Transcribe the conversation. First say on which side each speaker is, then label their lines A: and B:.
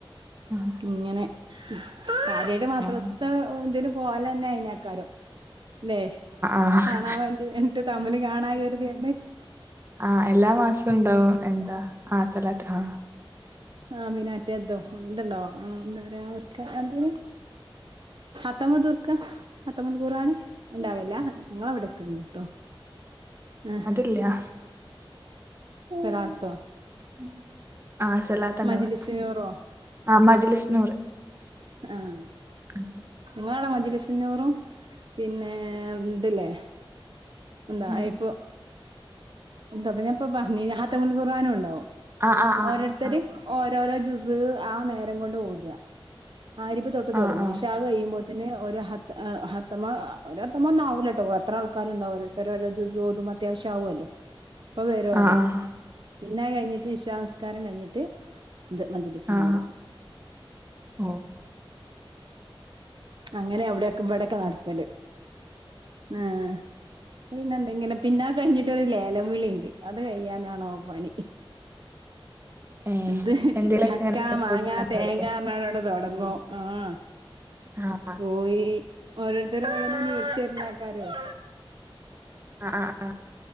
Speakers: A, on the right; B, on the right.
A: ആഹ്
B: ഇങ്ങനെ കാര്യായിട്ട് മദ്രസ്ത്തെ
A: ആഹ്
B: എഹ് എന്തെനും പോവലെന്നെ അയിനാക്കാരം ല്ലേ
A: ആഹ്
B: കാണാൻ വേണ്ടി എന്നിട്ട് തമ്മില് കാണാ കെര്തിയാണ്ട്.
A: ആഹഹ് എല്ലാ മാസവും ഇണ്ടാവും എന്താ ആഹ് സ്വലാത്ത് ആഹ്
B: ആഹ് പിന്നെ മറ്റേതും ഇന്ത് ണ്ടോ എഹ് മ് എന്താപറയാ നിസ്ക്കാ എന്തേനു ഹത്തമ് തീർക്ക ഹത്തമുൽ ഖുർആന് ഇണ്ടാവൽല്ല. നിങ്ങളെ അവിടെക്കെണ്ട്ട്ടോ ഏഹ്
A: ഇല്ലാ
B: സ്വലാത്തോ
A: ഉം ആഹ് സെലാത്താ ഇണ്ടാവാ
B: മജ്ലിസിനൂറോ
A: ആഹ് മജ്ലിസ്സ്നൂറ്
B: ആഹ്
A: അഹ് ആഹ്
B: ഇങ്ങളവ്ടെ മജ്‌ലിസുന്നൂറും പിന്നേ ഇന്ത്ല്ലെ എന്താ
A: ആഹ്
B: ഇഫു എന്താപ്പൊ ഞാപ്പൊ പർഞ്ഞിലെ ഹത്തമുൽ ഖുർആനും ഇണ്ടാവും
A: ആഹ് ആഹ്
B: ഓരോരുത്തര്
A: ആഹ്
B: ഓരോരോ ജ്യൂസ്ഹ് ആ നേരം കൊണ്ട് ഓതാ മഹ് ര്ബ് തൊട്ട് തൊടങ്ങും
A: ആഹ് ആഹ്
B: ഇശാഹ് കയ്യുമ്പോ ത്തിന് ഒരു ഹത്ത എഹ് ഹത്തമ് ഒര് ഹത്തമൊന്നും ആവൂലട്ടോ പ്പൊ എത്ര ആൾക്കാര് ഇണ്ടാവും ഓരോര് ത്തര് ഓരോ ജുസ്ഹ് ഓതുമ്പം അത്യാവശ്യം ആവൊല്ലോ അപ്പൊ അഹ് <unintelligible> ഓതേ
A: ആഹ് ആഹ്
B: പിന്നെ അത് കഴിഞ്ഞിട്ട് ഇശാഹ് നിസ്കാരം കഴിഞ്ഞിട്ട്. ഇത് മജ്‌ലിസ്സുന്നൂറ്.
A: ആഹ് ഓഹ്
B: അങ്ങനെ അവ്ടെ ഒക്കെ ഇബടെക്കെ നട്ത്തല് ഏഹ് ട്ട് പിന്നെ എന്തെങ്കിലും പിന്നെ അഹ് കഴിഞ്ഞ്ട്ടൊരു ലേലം വിളിണ്ട്. അത് കയ്യാനാണോ പണി
A: ഏ
B: എന്ത്
A: എന്തേലൊക്കെ
B: ചക്കാ,
A: ഇങ്ങനെ
B: മാങ്ങ,
A: കൊടുക്കണ്ടാവുല്ലേ
B: തേങ്ങാർഞ്ഞ്ങ്ങാണ്ട് ആണ്ട് തൊടങ്ങും ആഹ്
A: ആഹ്
B: കോഴി ഓരോര്ത്തര് ഓരോന്ന് ആണ്ട് വിൾച്ച് വെര്നആക്കാരെയ്
A: അഹ് ആഹ് ആഹ് ആഹ്